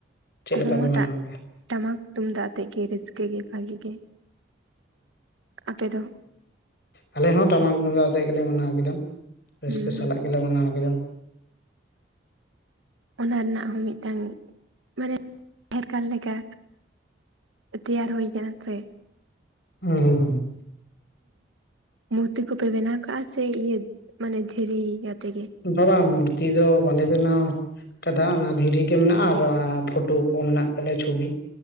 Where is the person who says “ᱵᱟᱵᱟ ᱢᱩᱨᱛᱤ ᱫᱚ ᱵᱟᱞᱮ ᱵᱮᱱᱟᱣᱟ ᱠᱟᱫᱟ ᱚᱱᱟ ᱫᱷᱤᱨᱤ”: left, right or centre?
Left